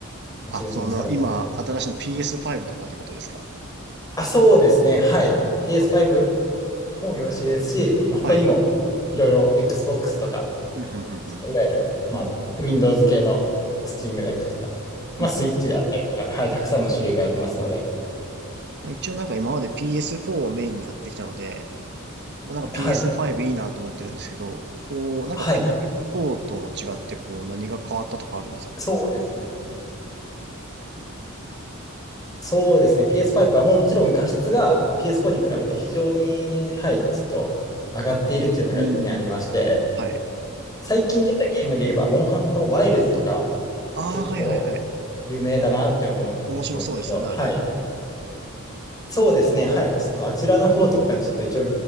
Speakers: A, on the left; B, on the right.
A: ご注文される。
B: あ、その、今、新しいの PS5 とかってことですか
A: あ、そうですね。はい。
B: うんはは
A: PS5 もよろしいですし、まあ他にもいろいろ
B: はい。
A: Xbox とか、
B: うんうんうんうん
A: いわゆる、まあ、Windows 系の Steam Deck とか、まあ、
B: うんうんうん
A: Switch であったりとか、はい、たくさんの種類がありますので、
B: まあ、一応なんか今まで PS4 をメインにやってきたので、まあ、なんか
A: はい。
B: PS5 いいなと思ってるんですけど、こう、なんか
A: はい。
B: PS4 と違ってこう何が変わったとかあるんですか
A: そうですね。そうですね。PS5 はもうもちろん画質がまあ PS4 に比べて非常に、はい、ちょっと上がっているっていうのが一点ありまして、
B: うーん。はい。
A: 最近出たゲームで言えば、モンハンのワイルズとか、
B: ああ、
A: 結構有名だなって思うんですけど、
B: はいはいはい。面白そうですよね、あれ。
A: はい。そうですね。はい。ちょっとあちらの方とかにちょっと一応